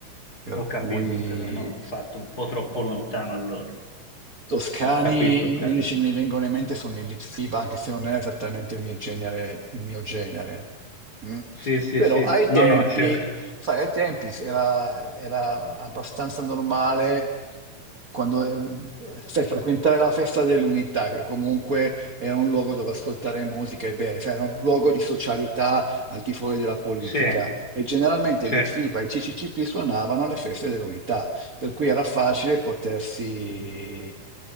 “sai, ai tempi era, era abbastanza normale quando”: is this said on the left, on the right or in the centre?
Right